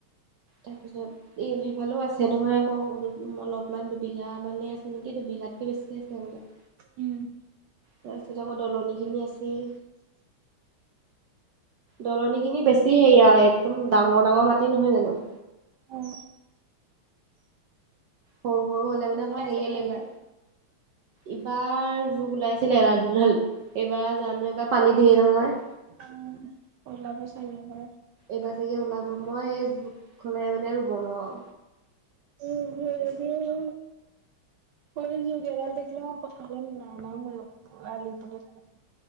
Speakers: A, on the right; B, on the right.
A: তাৰপিছত এই সেইফালেও আছে নহয় আকৌ অলপ অলপমান দুবিঘা মানে আছে নেকি দুবিঘাতকে বেছি আছে হবলা।
B: উম উম
A: তাৰপিছত আকৌ দলনিখিনি আছেই। দলনিখিনি বেছি ইয়া একদম ডাঙৰ - ডাঙৰ মাটি নহয় জানোঁ।
B: উম
A: সৰু সৰু হ'লে
B: লোক
A: মানে অকমান
B: ওলাইছে
A: হেৰিয়ে
B: নি
A: লাগে,
B: এইবাৰ
A: ইবাৰ জুক ওলাইছ দিলে এডাল, দুডাল এইবাৰ জানোঁ এইবাৰ পানী ঢেৰ নহয়।
B: <unintelligible> ওলাব চাৰিওফালে।
A: এইবাৰ চাগে ওলাব মই এই জোক খুলে মানে ৰুব নোৱাৰোঁ।
B: উম, হম। <unintelligible> <unintelligible>